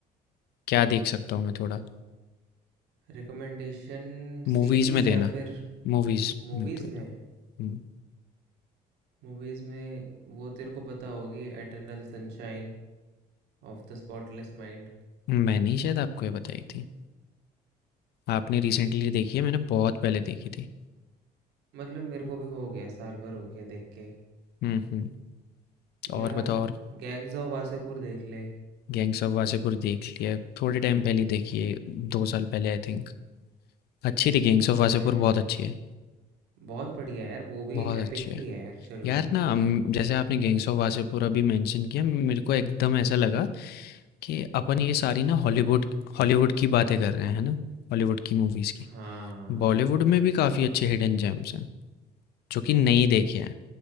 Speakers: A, on the left (about 70°); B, on the right (about 85°).
A: क्या देख सकता हूँ मैं थोड़ा
B: रिकमेंडेशन
A: मूवीज
B: सीरीज़
A: में
B: या
A: देना
B: फिर
A: मूवीज
B: मूवीज़
A: में तो देना
B: में
A: हम्म,
B: मूवीज़ में वो तेरे को पता होगी Eternal Sunshine of the Spotless Mind
A: मैंने ही शायद आपको ये बताई थी आपने रिसेंटली देखी है मैंने बहुत पहले देखी थी
B: मतलब मेरे को भी हो गया साल भर हो गया देख के
A: हम्म हम्म
B: यार
A: और बताओ और
B: गैंग्स ऑफ वासेपुर देख ले
A: गैंग्स ऑफ वासेपुर देख लिया थोड़े टाइम पहले देखी है दो साल पहले आई थिंक अच्छी थी गैंग्स
B: हम्म,
A: ऑफ वासेपुर बहुत अच्छी है
B: बहुत बढ़िया है यार वो भी
A: बहुत अच्छी
B: एपिक
A: है
B: ही है एक्चुअल
A: यार
B: में
A: ना हम- जैसे आपने गैंग्स ऑफ वासेपुर अभी मेंशन किया मेरे को एकदम ऐसा लगा कि अपन ये सारी ना हॉलीवुड हॉलीवुड की बातें कर रहे हैं है ना हॉलीवुड की मूवीज की
B: हाँ
A: बॉलीवुड में भी काफी अच्छे हिडन जेम्स हैं जो कि नहीं देखे हैं